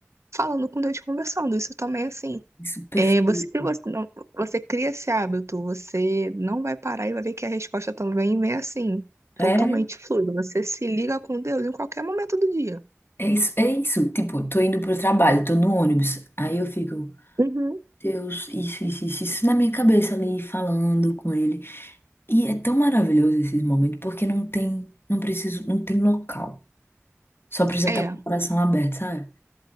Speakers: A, on the right; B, on the left.
A: Falando com Deus, conversando. Isso também, é, assim,
B: isso é perfeito.
A: é, você, se você, não, você cria esse hábito, você não vai parar e vai ver que a resposta também vem assim, totalmente
B: É,
A: fluida. Você se liga com Deus em qualquer momento do dia.
B: é isso, é isso. Tipo, tô indo pro trabalho, tô no ônibus. Aí eu fico,
A: Uhum.
B: Deus, isso, isso, isso, isso na minha cabeça ali, falando com ele. E é tão maravilhoso esses momentos, porque não tem, não preciso, não tem local. Só precisa
A: É.
B: estar com o coração aberto, sabe?